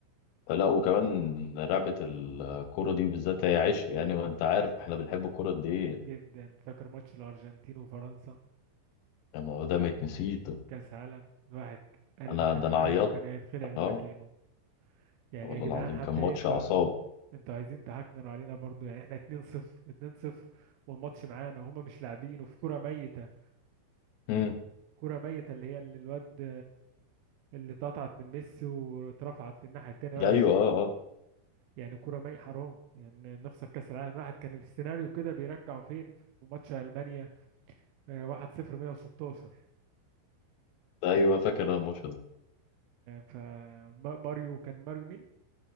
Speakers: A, on the left; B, on the right.
A: فلا وكمان لعبة الكورة دي بالذات هي عشق يعني وأنت عارف إحنا بنحب الكورة قد إيه
B: جدا فاكر ماتش الأرجنتين وفرنسا
A: يعني ما هو ده ما يتنسيش ده
B: كأس عالم الواحد قلبه
A: أنا
B: كان
A: ده
B: قلبه
A: أنا عيطت
B: ايوه كان هيتخلع من
A: أه
B: مكانه يعني
A: والله
B: يا جدعان
A: العظيم
B: حتى
A: كان ماتش
B: إيه انت
A: أعصاب
B: متعة انتوا عايزين تهكننوا علينا برضو يعني احنا 2-0 2-0 والماتش معانا وهما مش لاعبين وفي كرة ميتة
A: امم
B: كرة ميتة اللي هي اللي الواد اللي اتقطعت من ميسي واترفعت للناحية التانية وقلشت
A: أيوه أه أه
B: يعني كرة ميتة حرام يعني نخسر كأس العالم الواحد كان السيناريو كده بيرجعوا فين في ماتش ألمانيا آه، 1-0 116
A: ده أيوه فاكر الماتش ده
B: فماريو كان ماريو مين؟